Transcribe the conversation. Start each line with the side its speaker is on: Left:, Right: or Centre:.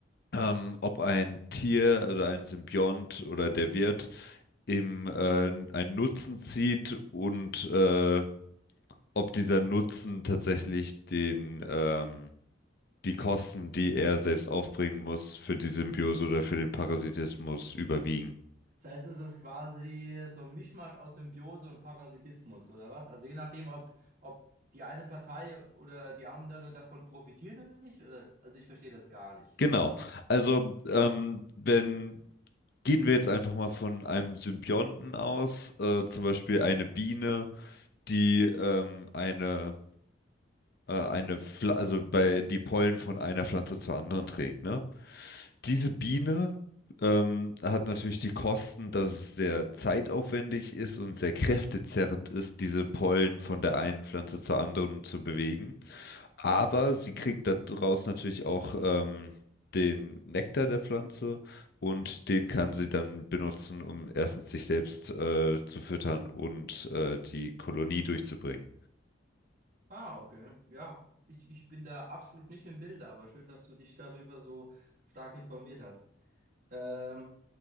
Left: ähm, ob ein Tier oder ein Symbiont oder der Wirt eben äh, einen Nutzen zieht und äh, ob dieser Nutzen tatsächlich den, ähm, die Kosten, die er selbst aufbringen muss, für die Symbiose oder für den Parasitismus überwiegen.
Right: Das heißt, es ist quasi so ein Mischmasch aus Symbiose und Parasitismus, oder was? Also je nachdem, ob, ob die eine Partei oder die andere davon profitiert oder nicht, oder? Also ich verstehe das gar nicht.
Left: Genau. Also, ähm, wenn, gehen wir jetzt einfach mal von einem Symbionten aus, äh, zum Beispiel eine Biene, die ähm, eine, äh, eine Pfl also bei die Pollen von einer Pflanze zur anderen trägt, ne? Diese Biene ähm, hat natürlich die Kosten, dass es sehr zeitaufwendig ist und sehr kräftezerrend ist, diese Pollen von der einen Pflanze zur anderen zu bewegen. Aber sie kriegt daraus natürlich auch ähm, den Nektar der Pflanze und den kann sie dann benutzen, um erstens sich selbst äh, zu füttern und äh, die Kolonie durchzubringen.
Right: Ah, okay. Ja, ich, ich bin da absolut nicht im Bilde, aber schön, dass du dich darüber so stark informiert hast. Ähm,